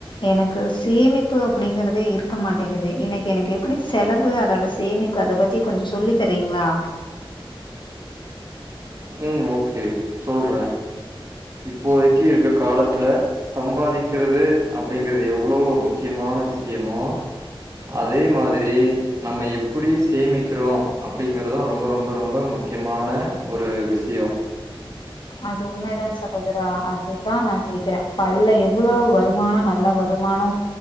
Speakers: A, on the left (about 55°); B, on the right (about 35°).
A: எனக்கு சேமிப்பு அப்படிங்கறதே இருக்க மாட்டங்ககுது இன்னைக்கு எனக்கு எப்படி செலவு அதோட சேமிப் இப்ப அத பத்தி கொஞ்சோ சொல்லி தரீங்ளா.
B: ம் ஓகே சொல்றே. இப்போதைக்கு இருக்க காலத்துல சம்பாதிக்கிறது அப்படிங்கறது எவ்ளோ ஒரு முக் முக்கியமான விஷயமு அதே மாதிரி நம்ம எப்புடி சேமிக்கிறோ அப்படிங்கறதா ரொம்ப ரொம்ப ரொம்ப முக்கியமான ஒரு விஷியோ.
A: அது உண்மைதான் சகோத் கிறோ அதுதா நா கேக்குறே பல்ல எவ்வுளோ வருமானோ நல்ல வருமானோ